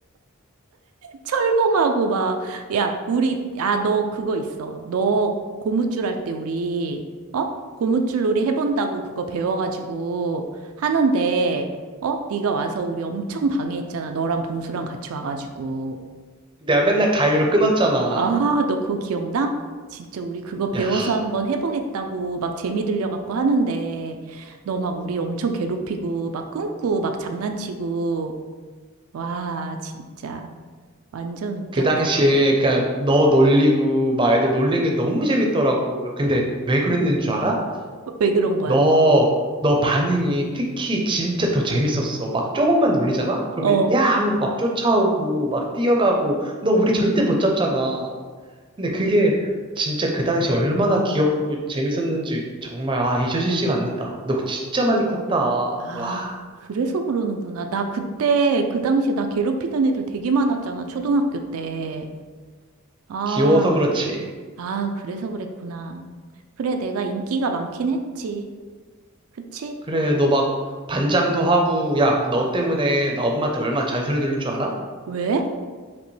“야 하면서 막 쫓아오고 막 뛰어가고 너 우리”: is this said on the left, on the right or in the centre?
Right